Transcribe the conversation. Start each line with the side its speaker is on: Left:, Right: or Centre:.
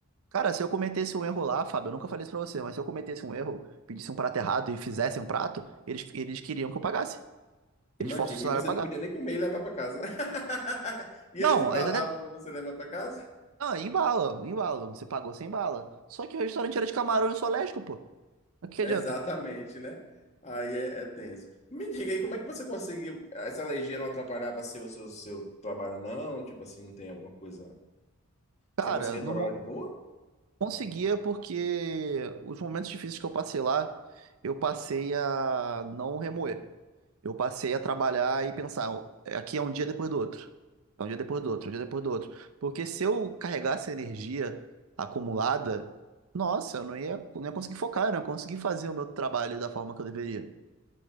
Right: Cara, se eu cometesse um erro lá, Fábio, eu nunca falei isso pra você, mas se eu cometesse um erro, pedisse um prato errado e fizesse um prato, eles, eles queriam que eu pagasse. Eles
Left: Imagina,
Right: forçam o funcionário
Left: e você
Right: a pagar.
Left: não podia nem comer e levar para casa. <laughs> E
Right: Não,
Left: eles embalavam
Right: eles até,
Left: para você levar para casa?
Right: Ah, embala, embala. Você pagou sem bala. Só que o restaurante era de camarão e soléstico, pô. O que que
Left: É,
Right: adianta?
Left: Exatamente, né? Aí é, é tenso. Me diga aí, como é que você conseguiu? Essa alergia não atrapalhava seu, seu, seu trabalho, não? Tipo assim, não tem alguma coisa.
Right: Cara,
Left: Você conseguia
Right: não
Left: trabalhar
Right: mo-
Left: de boa?
Right: conseguia porque os momentos difíceis que eu passei lá, eu passei a não remoer. Eu passei a trabalhar e pensar, "Ó, aqui é um dia depois do outro. É um dia depois do outro, é um dia depois do outro. Porque se eu carregasse a energia acumulada, nossa, eu não ia, não ia conseguir focar, eu não ia conseguir fazer o meu trabalho da forma que eu deveria.